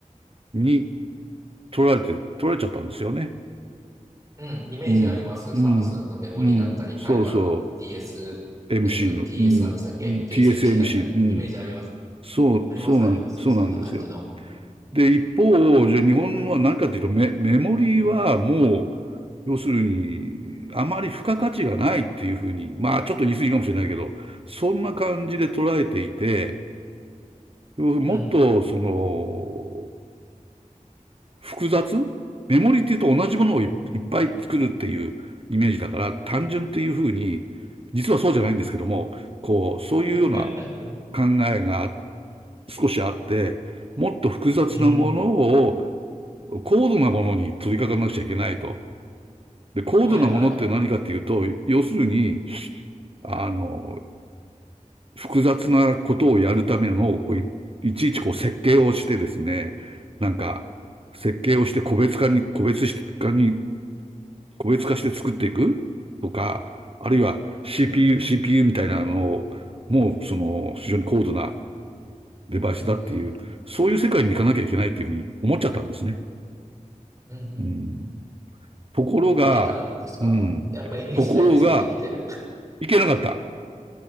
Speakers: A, on the right; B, on the right.
A: に取られて、取られちゃったんですよね。
B: うん、イメージあります。
A: うん、うん、
B: サムスンのメモリーだったり、
A: うん、そうそ
B: 台湾の TSM、
A: う、MC の、
B: TS
A: うん、
B: なんでしたっけ
A: うん
B: ?TSMC
A: TSMC、
B: だったり、
A: うん、
B: イメージあります。
A: そう、
B: あります、
A: そうなん、
B: あります。
A: そうなんですよ。
B: そんな感じの。
A: で、一方、じゃあ日本のは何かっていうと、メ、メモリーはもう、要するに、あまり付加価値がないっていうふうに、まあちょっと言い過ぎかもしれないけど、そんな感じで捉えていて、もっと、
B: うん、
A: その、複雑メモリっていうと同じものをいいっぱい作るっていうイメージだから、
B: うん。
A: 単純っていうふうに、実はそうじゃないんですけども、こう、そういうような
B: <laughs>
A: 考えが少しあって、もっと複雑なものを
B: うん。
A: 高度なものに取り掛かんなくちゃいけないと。で、高度なものって何かっていうと、
B: はいはい。
A: 要するに、あの、複雑なことをやるための、こういちいちこう設計をしてですね、なんか、設計をして個別化に、個別化に、個別化して作っていくとか、あるいは CPU、
B: うん。
A: CPU みたいなのを、もうその非常に高度なデバイスだっていう、
B: うん。
A: そういう世界に行かなきゃいけないっていうふうに思っちゃったんですね。
B: うん。うん
A: うん、ところが、
B: いけたんですかいや、
A: うん、
B: あんまイメージないですけど、
A: ところが、
B: いけてる。
A: いけなかった。